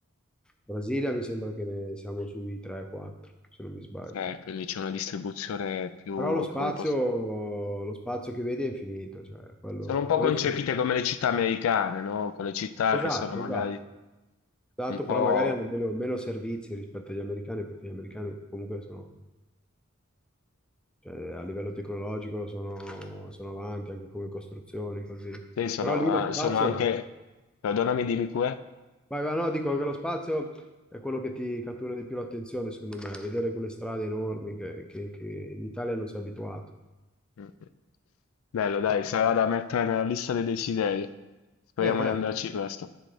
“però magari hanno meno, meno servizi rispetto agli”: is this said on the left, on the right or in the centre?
Centre